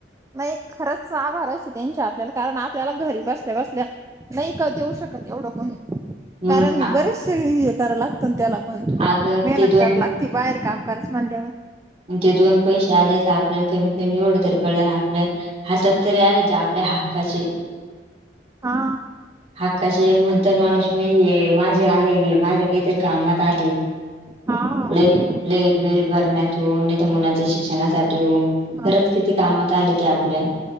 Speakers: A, on the right; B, on the right.
A: नाही खरंच आभार असते त्यांच्या आपल्याला कारण आपल्याला घरी बसल्या बसल्या नाही का देऊ शकत एवढं कोणी.
B: मग
A: कारण बरेचसे हे कराव लागतं ना त्याला पण
B: अग
A: मेहनत
B: ते दोन
A: करावी लागती. ती बाहेर काम करायच म्हणल्यावर,
B: ते दोन पैसे आले तर, आपल्याला कमीत कमी एवढं तरी कळलं ना आपल्यात हातात तरी आले ते आपल्या हक्काचे.
A: हा.
B: हक्काचे म्हणत माणूस मी ये माझे आले माझ्या काहीतरी कामात आले.
A: हा
B: लाईट लाईट बिल भरण्यात. हो नाहीतर मुलांच्या शिक्षणासाठी हो
A: हा
B: खरंच किती कामात आले ते आपल्या.